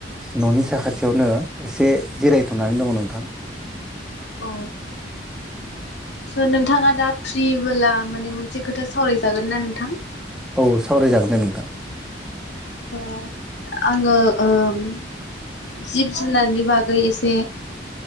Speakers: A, in the centre; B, on the left.
A: न'नि साखाथियावनो एसे जिरायथ'नानै दङ नोंथां।
B: औ स' नोंथाङा दा फ्रिबोला माने मोनसे खोथा सावरायजागोन ना नोंथां?
A: औ सावरायजागोन दे नोंथां।
B: ओ आंङो ओम जिब जुनारनि बागै एसे